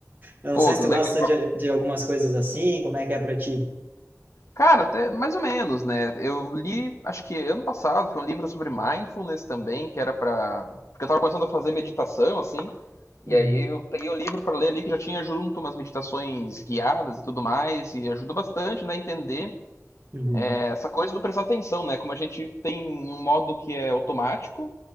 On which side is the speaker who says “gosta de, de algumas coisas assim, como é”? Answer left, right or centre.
Right